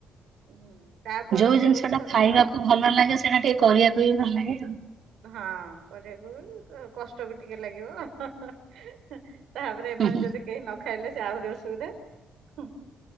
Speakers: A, on the right; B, on the right.
A: ହୁଁ ତା ପରକୁ
B: ଯୋଉ ଜିନିଷ ଟା
A: ଥରକୁ
B: ଖାଇବାକୁ ଭଲ ଲାଗେ ସେଇଟା ଟିକେ କରିଆ ପାଇଁ ଭଲ ଲାଗେ ଆଉ।
A: ହଁ କରିଆକୁ ବି କଷ୍ଟ ବି ଟିକେ ଲାଗିବ। ତାପରେ ଏମାନେ
B: ହୁଁ ହୁଁ
A: ଯଦି କେହି ନ ଖାଇଲେ ସେ ଆହୁରି ଅସୁବିଧା ଖୁଁ।